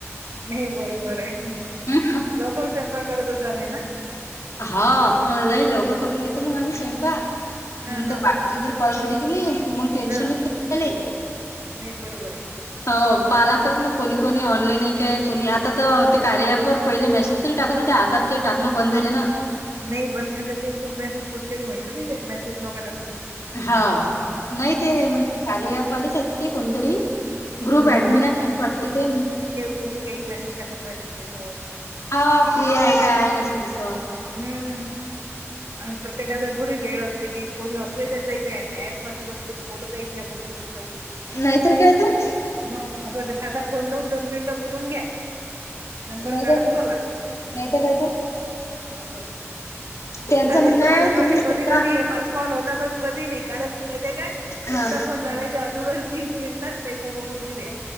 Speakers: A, on the right; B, on the left.
A: नाही बरोबर आहे.
B: हं.
A: लवकर स्वयंपाक करत अस नाही ना.
B: हा, लई लवकर करून घेतो मग आम्ही स्वयंपाक
A: हा
B: म्हणत
A: हा
B: पा जे तर कॉल झाले की नाही की मग टेन्शन
A: हा
B: च नाही.
A: नाही बरोबर आहे.
B: हो पाहाय लागतात, मग कोणी कोणी ऑनलाईन आहे काय, कोणी, आता तर ते कार्या ऍप वर पहिले मेसेज टाकत होते, आता ते टाकंण बंद झाले ना.
A: नाही पण सांगितले, ते मेसेज कोणतरी म्हटलं ना त्यांना, ते मेसेज नका टाकू
B: हा. नाही ते म्हणजे, कार्या ऍप वालेच आहेत ते कोणतरी. ग्रुप
A: हम्म हम्म
B: ऍडमिन आहेत. असे वाटते ते.
A: कोणी काही मेसेज टाकत राहते त्याच्यावर.
B: हा, फ्री आहे काय आहे? असं तस.
A: हम्म आणि प्रत्येकाचा थोडी वेळ असते की कोणी असले तरी जा ऍप मध्ये जाऊन कोणी बोलत येईल ना ग्रुपमध्ये जाऊन.
B: नाहीतर काय तर.
A: मग असं वाटत, साधा फोन लावून दोन मिनिटं बोलून घ्या. नंबर
B: नाहीतर
A: काढा, ना
B: काय
A: बोला,
B: नाहीतर काय तर
A: असं.
B: त्यांचं
A: आताच
B: म्हणणं
A: तर
B: आहे
A: मला असं
B: तुम्ही
A: वाटतं की
B: स्वतः
A: कधी कधी हे पाच कॉल होतात, आणि कधी नाही. कारण की माहितीे काय, तुमचा
B: हा
A: फोन लावायच्या तवार मी दीड तास ताई समोर बोलली त्या.